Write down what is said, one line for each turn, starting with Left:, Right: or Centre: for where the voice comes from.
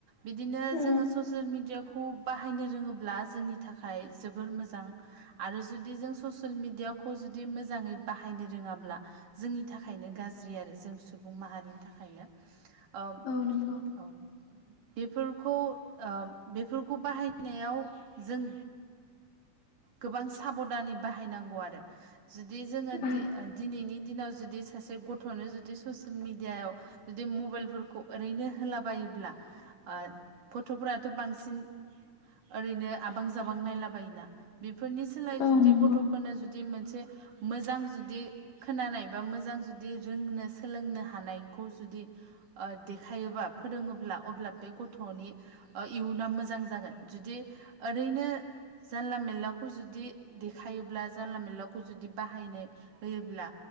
Right: बिदिनो
Left: औ
Right: जोङो ससियेल मेडियाखौ बाहायनो रोङोब्ला जोंनि थाखाय जोबोर मोजां आरो जुदि जों ससियेल मिडियाखौ जुदि मोजांङै बाहायनो रोंङाब्ला जोंनि थाखायनो गाज्रि आरो जों सुबुं माहारिनि थाखायनो ओम
Left: औ नंगौ
Right: औ बेफोरखौ ओ बेफोरखौ बाहायनायाव जों गोबां साबदानै बाहायनांगौ आरो जुदि जोंङो
Left: औ
Right: दिनैनि दिनाव जुदि सासे गथ'नो जुदि ससियेल मिडियायाव जुदि मबाइलफोरखौ ओरैनो होलाबायोब्ला ओ गथ'फ्राथ' बांसिन ओरैनो आबां जाबां नायलाबायोना बेफोरनि सोलाय
Left: औ
Right: जुदि
Left: नंगौ
Right: गथ'फोरनो जुदि मोनसे मोजां जुदि खोनानाय बा मोजां जुदि रोंनो सोलोंनो हानायखौ जुदि ओ देखायोबा फोरोङोब्ला अब्ला बे गथ' गथनि इयुना मोजां जागोन जुदि औरैया जानला मानलाखौ जुदि देखायोब्ला जानला मानलाखौ जुदि बाहायनो होयोब्ला